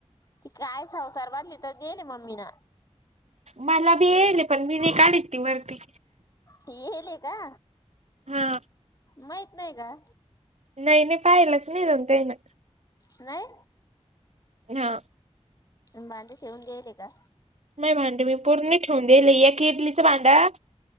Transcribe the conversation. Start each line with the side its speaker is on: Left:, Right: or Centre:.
Left: ती काय संसार बनली तर गेली मम्मी न
Right: मला बी येयले पण मी नाही काढत ती वरती.
Left: येयले का
Right: हा
Left: माहित नाही का?
Right: नाही नाही पाहिलाच नाही जाऊन त्यानं.
Left: नाही?
Right: हा.
Left: मला <unintelligible> शेवंती येले का?
Right: नाही भांड मी पूर्ण ठेवून देयले एक इडलीचं भांडा.